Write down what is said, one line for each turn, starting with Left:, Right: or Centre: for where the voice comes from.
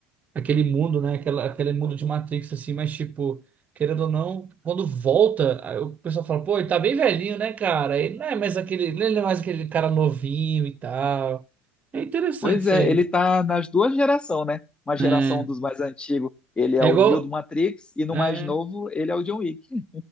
Right: Aquele mundo, né? Aquela, aquele mundo de Matrix, assim, mas tipo. Querendo ou não, quando volta, aí o pessoal fala, pô, ele tá bem velhinho, né, cara? Ele não é mais aquele, ele não é mais aquele cara novinho e tal. É interessante
Left: Pois
Right: isso
Left: é,
Right: aí.
Left: ele tá nas duas gerações, né? Uma geração
Right: É,
Left: dos mais antigos, ele
Right: é
Left: é o
Right: igual.
Left: Neo do Matrix, e no
Right: é.
Left: mais novo, ele é o John Wick.